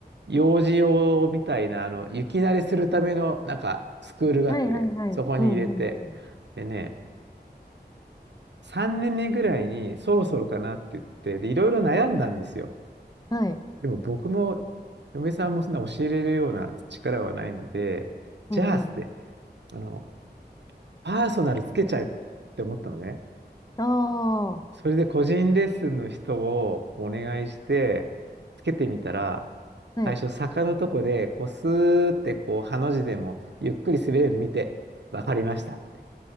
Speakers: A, on the right (about 80°); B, on the left (about 20°).
A: 幼児用みたいな、あの、雪慣れするための、なんか、スクールがあって、
B: はいはいはい。
A: そこに入れて。
B: うんうんうん。
A: でね、3年目ぐらいに、そろそろかなって言って、で、いろいろ悩んだんですよ。
B: はい。
A: でも僕も、嫁さんもそんな教えれるような力はないので、
B: うんうん。
A: じゃあ、つって、あの、パーソナルつけちゃえって思ったのね。
B: ああ。
A: それで個人レッスンの人をお願いして、つけてみたら、
B: はい。
A: 最初坂のとこで、こうスーってこう、ハの字でもゆっくり滑れるの見て、わかりましたって。